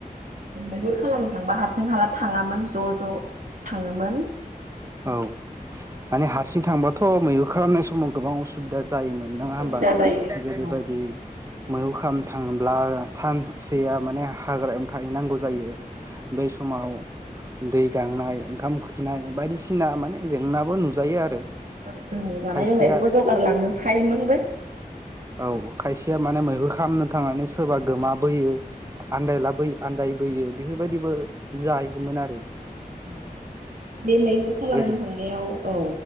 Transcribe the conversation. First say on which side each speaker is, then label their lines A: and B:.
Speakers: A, on the right; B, on the right.
A: मैहुर खालामनो थांबा हा सिं हाला थाङामोन ज' ज' थाङोमोन।
B: औ माने हारसिं थांबाथ' मैहुर खालामनाय समाव गोबां असुबिदा जायोमोन नोङा
A: सुबिदा
B: हबा
A: जायो
B: जेरैबायदि
A: औ
B: मैहुर खालामनो थांब्ला सानसेया माने हाग्रायावनो थाहैनांगौ जायो। बै समाव दै गांनाय ओंखाम उखैनाय बायदिसिना सिना माने जेंनाबो नुजायो आरो
A: औ जों जानाय
B: खायसेया
A: लोंनायखौबो जगार लांनो फायोमोनबो।
B: औ खायसेया माने मैहुर खालामनो थांनानै सोरबा गोमा बोयो आनदायलाबोयो आनदायबोयो बेफोरबायदिबो जायोमोन आरो
A: <inaudible> बे मैहुर खालामनो
B: गोदो
A: थांनायाव औ